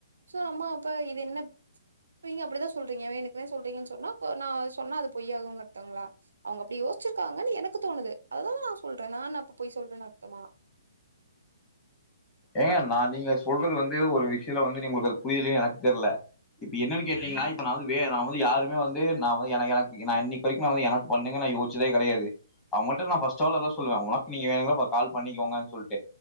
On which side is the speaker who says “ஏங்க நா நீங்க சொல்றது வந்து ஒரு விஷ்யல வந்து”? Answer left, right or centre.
Left